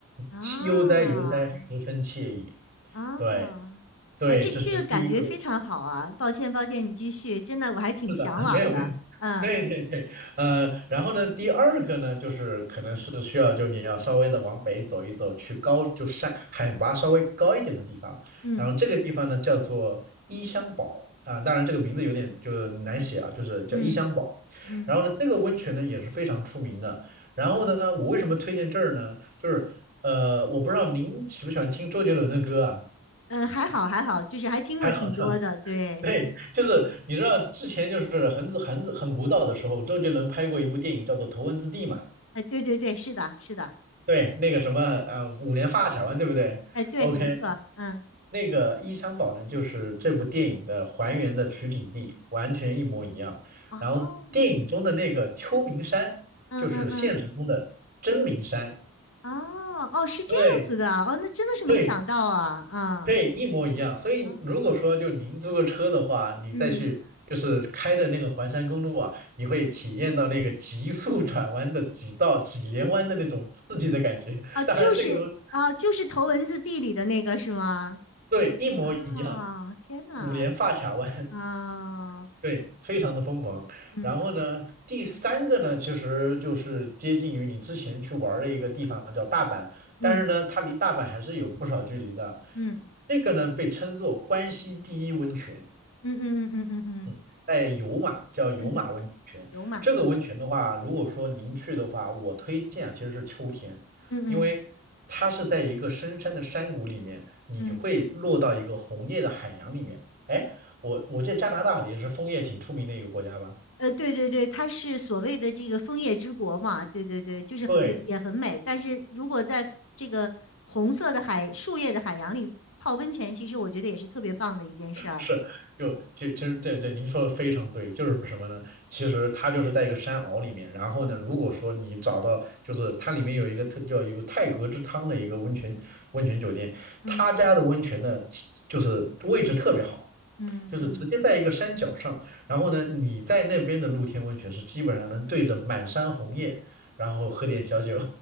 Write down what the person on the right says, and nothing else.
气悠哉悠哉，十分惬意。
对对，
这是第一个。
是的，<laughs> 没有没有，
对对对，呃，然后呢，第二个呢，就是可能是需要就你要稍微的往北走一走，去高就山海拔稍微高一点的地方，
然后这个地方呢叫做伊香堡啊，当然这个名字有点就是难写啊，就是叫伊香堡，
然后呢，这个温泉呢也是非常出名的。然后呢，我为什么推荐这儿呢？就是呃，我不知道您喜不喜欢听周杰伦的歌啊，
还好，<laughs>
对，就是你知道之前就是很很很古早的时候，周杰伦拍过一部电影叫做《头文字 D》嘛，
对，那个什么呃五连发卡弯对不对？OK，
那个伊香保呢就是这部电影的还原的取景地，完全一模一样。
然后电影中的那个秋名山就是现实中的真名山，
对
对
对，一模一样。所以如果说就您租个车的话，
你再去就是开的那个环山公路啊，
你会体验到那个急速 <laughs> 转弯的几道几连弯的那种刺激的感觉。<laughs>
当然这个东西，
对，一模一样，
五连发卡弯，
<laughs> 对，非常的疯狂。
然后呢，第三个呢，其实就是接近于你之前去玩儿的一个地方叫大阪，但是呢，
它离大阪还是有不少距离的。
这个呢，被称作关西第一温泉。
嗯，在有马叫有马温泉，
这个温泉的话，如果说您去的话，我推荐啊其实是秋天，
因为它是在一个深山的山谷里面，你会落到一个红叶的海洋里面。
哎，我我记得加拿大也是枫叶挺出名的一个国家吧？
对，
是，就就其实对对，您说的非常对，就是什么呢？其实它就是在一个山坳里面，然后呢，
如果说你找到，就是它里面有一个特叫一个泰戈之汤的一个温泉温泉酒店，
他家的温泉呢，就是位置特别好，
就是直接在一个山脚上，
然后呢，你在那边的露天温泉是基本上能对着满山红叶，然后喝点小酒，